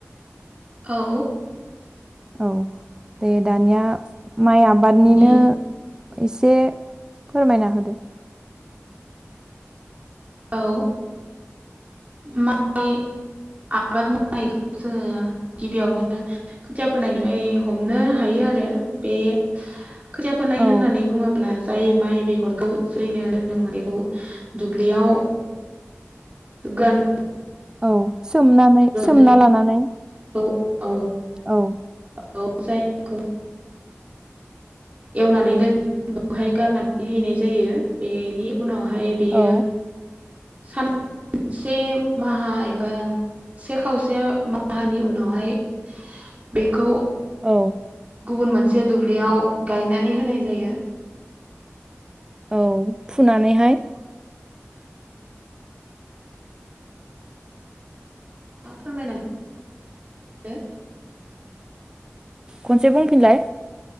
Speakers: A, on the right; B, on the right.
A: औ।
B: औ। दे दानिया माइ आबादनिनो
A: बेनि
B: एसे। फोरमायना होदो।
A: औ। माइ आबाद मावनायखौ जोङो गिबियावनो खोथिया फोनायनिफ्राय हमनो हायो आरो बे खोथिया फोनाय
B: औ
A: होननानै बुङोब्ला जाय माइ बेगर। <inaudible> जैनो दोनदोंमोन बेखौ दुब्लियाव गोन।
B: औ सोमनानै सोमना
A: थाखाय
B: लानानै।
A: औ।
B: औ।
A: औ जायखौ। एवनानै दोन बेवहाय गारनानै हैनाय जायो बेनि। उनावहाय बेयो।
B: औ
A: सान से माहा एब बा से खावसे माहानि उनावहाय बेखौ।
B: औ।
A: गुबुन मोनसे दुब्लियाव गायनानै होनाय जायो।
B: औ फुनानैहाय।
A: आ फोरमायनांग <inaudible>
B: <inaudible> खनसे बुंफिनलाय।